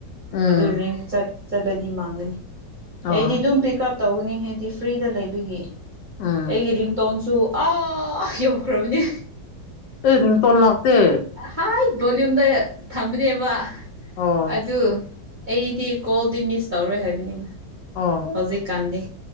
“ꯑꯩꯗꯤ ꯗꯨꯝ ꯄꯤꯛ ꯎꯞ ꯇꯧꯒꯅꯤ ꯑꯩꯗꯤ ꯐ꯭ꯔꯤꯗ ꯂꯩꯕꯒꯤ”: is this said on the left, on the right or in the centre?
Right